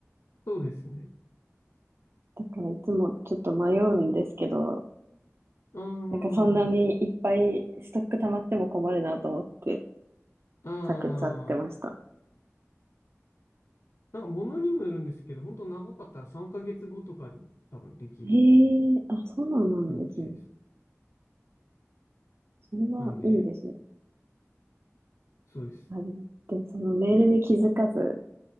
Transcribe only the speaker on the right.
だからいつもちょっと迷うんですけど、
なんかそんなにいっぱいストック溜まっても困るなと思って
避けちゃってました。
ええあ、そうなんですね。
それはいいですね。
あれ、ででもそのメールに気づかず、